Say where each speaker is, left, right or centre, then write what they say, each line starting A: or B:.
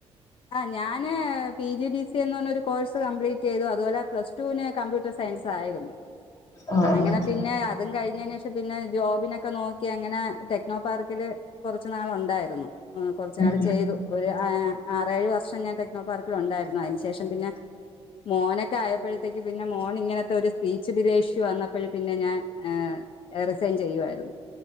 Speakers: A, on the left; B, on the left.
A: ആ ഞാന് പി ജി ഡി സി എന്ന് പറഞ്ഞ ഒരു കോഴസ് കംപ്ലീറ്റ് റ്റ് ചെയ്തുപോലെ പ്ലസ് ടുവിന് കമ്പ്യൂട്ടർ സയൻസായിരുന്നു
B: ഓ ഓ
A: അങ്ങനെ
B: ഉം
A: പിന്നെ അത് അതും കഴിഞ്ഞതിന് ശേഷം പിന്നെ ജോബിനൊക്കെ നോക്കി അങ്ങനെ ടെക്നോ പാർക്കില് കുറച്ച് നാൾ ഉണ്ടായിരുന്നു ഉം കുറച്ചുനാളി
B: ഉം
A: ചെയ്തു ഒരു ഏ ആറേഴ് വർഷം ഞാൻ ടെക്നോ പാർക്കിൽ ഉണ്ടായിരുന്നു അതിന് ശേഷം പിന്നെ മോനൊക്കെ ആയപ്പോഴത്തേക്ക് പിന്നെ മോൻ ഇങ്ങനത്തെ ഒരു സ്പീച്ച് ഡിലേഷ്യു വന്നപ്പോഴ പിന്നെ ഞാൻ ഏ റിസൈൻ ചെയ്യുവായിരുന്നു